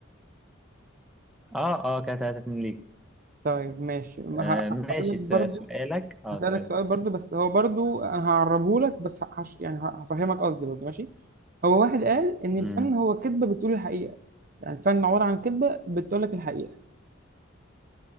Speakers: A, in the centre; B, on the right.
A: اه اه كده 3 2 ليك
B: طيب ماشي ه-
A: آه، ماشي
B: هقول لك برضو
A: س- سؤالك اه
B: هسألك
A: سؤالك
B: سؤال برضو بس هو برضو انا هعربه لك بس هش يعني ه- هفهمك قصدي برضو ماشي هو واحد قال ان الفن
A: امم
B: هو كذبة بتقول الحقيقة يعني الفن عبارة عن كذبة بتقول لك الحقيقة